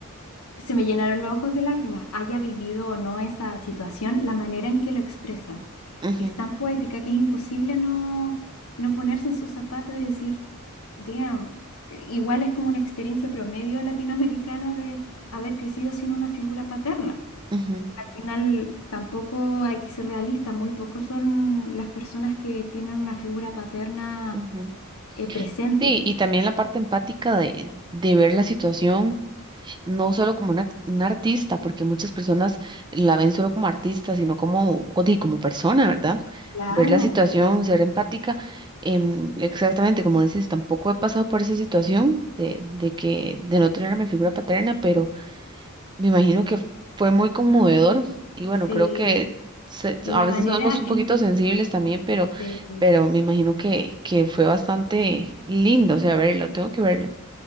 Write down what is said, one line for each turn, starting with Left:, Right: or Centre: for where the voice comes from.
Left: se me llenaron los ojos de lágrimas, haya vivido o no esa situación, la manera en que lo expresa
Right: Ujú,
Left: es tan poética que es imposible no, no ponerse en sus zapatos y decir, damn, igual es como una experiencia promedio latinoamericana de haber crecido sin una figura paterna.
Right: ujú,
Left: Al final tampoco hay que ser realista, muy pocos son las personas que tienen una figura paterna
Right: ujú.
Left: eh, presente.
Right: Sí, y también la parte empática de, de ver la situación no solo como una, una artista, porque muchas personas la ven solo como artista, sino como, co- di, como persona, ¿verdad?
Left: Claro,
Right: Ver la situación, ser empática. em, exactamente, como decís, tampoco he pasado por esa situación de, de que, de no tener a mi figura paterna, pero me imagino que fue muy conmovedor. Y bueno,
Left: sí.
Right: creo que se-
Left: Y
Right: a
Left: la
Right: veces
Left: manera
Right: somos un
Left: en
Right: poquito sensibles también, pero,
Left: que...
Right: pero me imagino que, que fue bastante lindo, o sea, verlo, tengo que verlo.